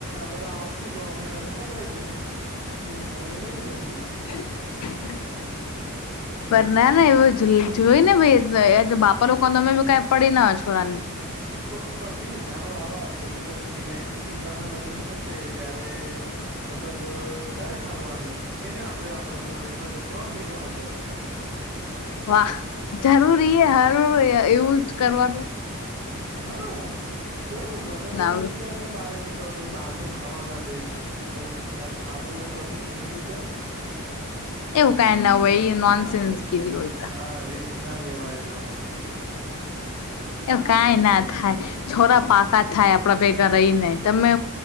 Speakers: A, on the right; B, on the left.
A: બધા આવશુ તો અમે તને પકડાઈ જશુ. <unintelligible> લઈ જશુ
B: <inaudible> <unintelligible> કઈ પડી ના હોય છોરાની.
A: તો પછી તારો વારો આવશે ને પછી નેક્સ્ટ મીરા ના લગ્ન થશે ત્યારે મતલબ તારે હાલવાનું એને આપડે આપડા છોરા એમાં ત્રણ ભેગા હાચવશું.
B: વાહ જરૂરી એ એવું જ કરવાનું.
A: હા તો લગન હોય
B: ના
A: એની તો અમે <unintelligible> પછી બહાર નું ખાવા ના દે હવે ખાધું ને કશું થઈ ગયું તો.
B: એવું કાઈ ના હોય નોન સેન્સ કે જે હોય તો
A: હા રિસ્ક ના લેવાય એનામાં.
B: એ કઈ ના થાય છોરા પાકા થાય આપડા ભેગા રહીને તમે